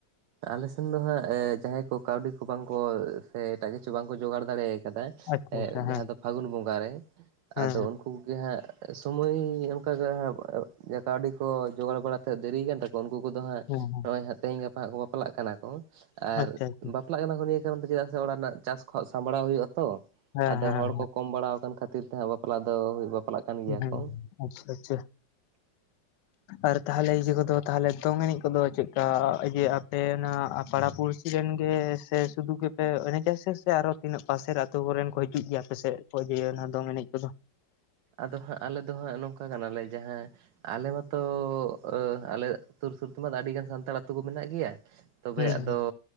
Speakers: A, on the right; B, on the left.
A: ᱟᱞᱮᱥᱮᱱ ᱫᱚ ᱦᱟᱸᱜ ᱡᱟᱦᱟᱸᱭ ᱠᱚ ᱠᱟᱹᱣᱰᱤ ᱠᱚ ᱵᱟᱝᱠᱚ ᱥᱮ ᱮᱴᱟᱜ ᱠᱤᱪᱷᱩ ᱵᱟᱝᱠᱚ ᱡᱚᱜᱟᱲ ᱫᱟᱲᱮ ᱠᱟᱫᱟ
B: ᱟᱪᱪᱷᱟ
A: ᱮᱸᱜ
B: ᱟᱪᱪᱷᱟ
A: ᱡᱟᱦᱟᱸ
B: ᱦᱮᱸ
A: ᱫᱚ ᱯᱷᱟᱹᱜᱩᱱ ᱵᱚᱸᱜᱟ ᱨᱮ
B: ᱦᱮᱸ
A: ᱟᱫᱚ ᱩᱱᱠᱩ ᱦᱟᱸᱜ ᱥᱚᱢᱚᱭ ᱚᱱᱠᱟᱜᱮ ᱦᱟᱸᱜ ᱠᱟᱹᱣᱰᱤ ᱠᱚ ᱡᱚᱜᱟᱲ ᱵᱟᱲᱟᱛᱮ ᱫᱮᱨᱤ ᱠᱟᱱ ᱛᱟ ᱠᱚ ᱩᱱᱠᱩ‌ ᱠᱚᱫᱚ ᱦᱟᱸᱜ
B: ᱦᱮᱸ ᱦᱮᱸ ᱦᱮᱸ ᱦᱮᱸ
A: ᱱᱚᱜᱼᱚᱭ ᱛᱮᱦᱮᱧ ᱜᱟᱯᱟ ᱠᱚ ᱵᱟᱯᱞᱟ ᱠᱟᱱᱟ ᱠᱚ ᱟᱨ
B: ᱟᱪᱪᱷᱟ ᱟᱪᱪᱷᱟ
A: ᱵᱟᱯ ᱞᱟᱜ ᱠᱟᱱᱟ ᱠᱚ ᱱᱤᱭᱟᱹ ᱠᱟᱨᱚᱱ ᱛᱮ ᱪᱮᱫᱟᱜ ᱥᱮ ᱚᱲᱟᱜ ᱨᱮᱱᱟᱜ ᱪᱟᱥ ᱠᱚᱦᱚᱸ ᱥᱟᱢᱵᱟᱲᱟᱣ ᱦᱩᱭᱩᱜᱼᱟ ᱛᱚ,
B: ᱦᱮᱸ
A: ᱟᱫᱚ
B: ᱦᱮᱸ
A: ᱦᱚᱲ ᱠᱚ ᱠᱚᱢ ᱵᱟᱲᱟ ᱠᱟᱱ ᱠᱷᱟᱹᱛᱤᱨ ᱛᱮ ᱦᱟᱸᱜ ᱵᱟᱯᱞᱟ ᱫᱚ ᱵᱟᱯᱞᱟᱜ ᱠᱟᱱ ᱜᱮᱭᱟ
B: ᱦᱮᱸ
A: ᱠᱚ
B: ᱟᱪᱪᱷᱟ ᱟᱪᱪᱷᱟ᱾
A: <inaudible>
B: ᱟᱨ ᱛᱟᱦᱚᱞᱮ ᱤᱭᱟᱹ ᱠᱚᱫᱚ ᱛᱟᱦᱚᱞᱮ ᱫᱚᱝ ᱮᱱᱮᱡ ᱠᱚᱫᱚ ᱪᱮᱫ ᱤᱭᱟᱹ ᱟᱯᱮ ᱚᱱᱟ ᱟ ᱯᱟᱲᱟᱯᱩᱨᱥᱤ ᱨᱮᱱ ᱜᱮ ᱥᱮ ᱥᱩᱫᱩ ᱜᱮᱯᱮ ᱮᱱᱮᱡᱟ ᱥᱮ ᱥᱮ ᱟᱨᱚ ᱛᱤᱱᱟᱹᱜ ᱯᱟᱥᱮᱨ ᱟᱹᱛᱩ ᱠᱚᱨᱮᱱ ᱠᱚ ᱦᱤᱡᱩᱜ ᱜᱮᱭᱟ ᱟᱯᱮ ᱥᱮᱫ ᱠᱚ ᱡᱮ ᱚᱱᱟ ᱫᱚᱝ ᱮᱱᱮᱡ ᱠᱚᱫᱚ?
A: ᱟᱫᱚ ᱦᱟᱸᱜ ᱟᱞᱮ ᱫᱚ ᱦᱟᱸᱜ ᱱᱚᱝᱠᱟ ᱠᱟᱱᱟᱞᱮ ᱡᱟᱦᱟᱸ ᱟᱞᱮ ᱢᱟᱛᱚ ᱟᱞᱮ ᱥᱩᱨ ᱥᱩᱨ ᱛᱮᱢᱟ ᱟᱹᱰᱤᱜᱟᱱ ᱥᱟᱱᱛᱟᱲ ᱟᱹᱛᱩ ᱠᱚ ᱢᱮᱱᱟᱜ ᱜᱮᱭᱟ, ᱛᱚᱵᱮ
B: ᱦᱩᱸ
A: ᱟᱫᱚ